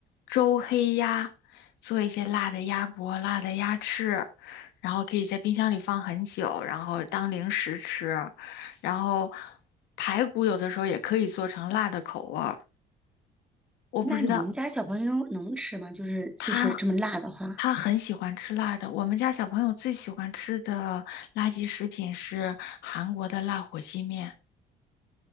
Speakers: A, on the left; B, in the centre.
A: 周黑鸭，做一些辣的鸭脖、辣的鸭翅，然后可以在冰箱里放很久，然后当零食吃，然后排骨有的时候也可以做成辣的口味儿，我不知道
B: 那你们家小朋友能吃吗？就是就是这么辣的话，
A: 他他很喜欢吃辣的。我们家小朋友最喜欢吃的垃圾食品是韩国的辣火鸡面。